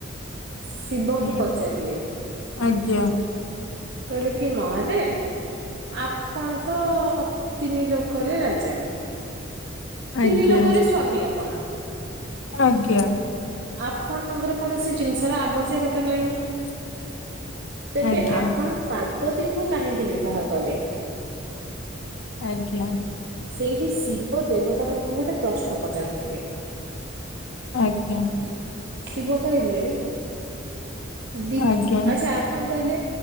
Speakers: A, on the right; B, on the left.
A: ଶିବଙ୍କୁ
B: ହୁଁ
A: ପଚାରିଲେ?
B: ଆଜ୍ଞା
A: କହିଲେ କି ମହାଦେବ। ଆପଣ ତ ତିନି ଲୋକରେ ରାଜା।
B: ଆଜ୍ଞା।
A: ତିନି ଲୋକରେ ସ୍ଵାମୀ ଆପଣ।
B: ଆଜ୍ଞା।
A: ଆପଣଙ୍କର କୌଣସି ଜିନିଷର ଆବଶ୍ୟକତା ନାହିଁ।
B: <inaudible>
A: ତେବେ
B: ଆଜ୍ଞା
A: ଆପଣ ପାର୍ବତୀଙ୍କୁ କାହିଁକି ବିବାହ କଲେ?
B: ଆଜ୍ଞା।
A: ସେଇଠି ଶିବ ଦେବତା ମନଙ୍କୁ ଗୋଟେ ପ୍ରଶ୍ନ ପଚାରିଥିବେ।
B: ଆଜ୍ଞା।
A: ଶିବ କହିଲେ ଦୀପ
B: ଆଜ୍ଞା
A: ଆଚ୍ଛା ଆପଣ କହିଲେ,